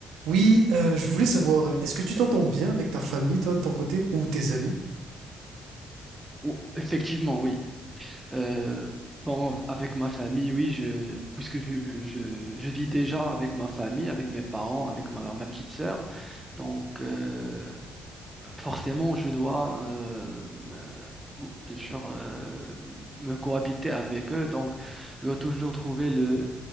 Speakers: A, on the right (about 85°); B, on the right (about 15°).
A: Oui, euh, je voulais savoir, euh, est-ce que tu t'entends bien avec ta famille, toi, de ton côté, ou tes amis?
B: Ou- effectivement, oui. Euh, bon, avec ma famille, oui, je, puisque je, je, je vis déjà avec ma famille, avec mes parents, avec ma, ma petite sœur. Donc, euh, forcément, je dois, euh, me- bon, bien sûr, euh, me cohabiter avec eux. Donc, je dois toujours trouver le,